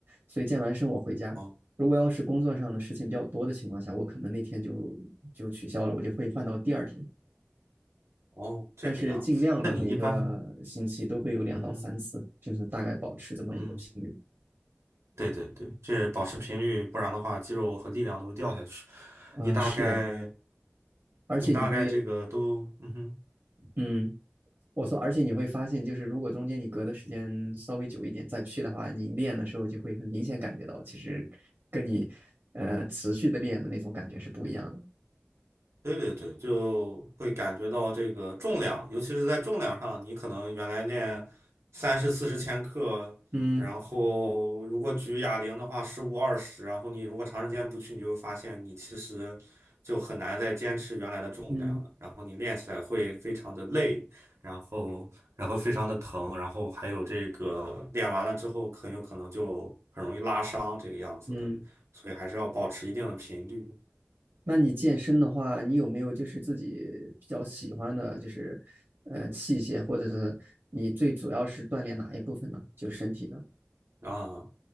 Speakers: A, on the right (about 60°); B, on the right (about 85°).
A: 所以健完身我回家。
B: 哦
A: 如果要是工作上的事情比较多的情况下，我可能那天就就取消了，我就会放到第二天。
B: 哦，这个样子。
A: 但是尽量的每个星期都会有两到三次，
B: 那你一般，嗯哼，
A: 就是大概保持这么一个频率。
B: 嗯，对对对，这保持频率，不然的话，肌肉和力量都会掉下去。
A: 啊、
B: 你大概，
A: 是的，而且你会，
B: 你大概这个都，嗯哼，
A: 嗯，我说，而且你会发现，就是如果中间你隔的时间稍微久一点再去的话，你练的时候就会很明显感觉到，其实跟你呃持续的练的那种感觉是不一样的。
B: 对对对，就会感觉到这个重量，尤其是在重量上，你可能原来练三十四十千克，
A: 嗯
B: 然后如果举哑铃的话，十五二十，然后你如果长时间不去，你就会发现你其实就很难再坚持原来的重量了，
A: 嗯
B: 然后你练起来会非常的累，然后然后非常的疼，然后还有这个练完了之后，很有可能就很容易拉伤这个样子的，
A: 嗯。
B: 所以还是要保持一定的频率。
A: 那你健身的话，你有没有就是自己比较喜欢的，就是呃器械，或者是你最主要是锻炼哪一部分呢？就身体的。
B: 啊，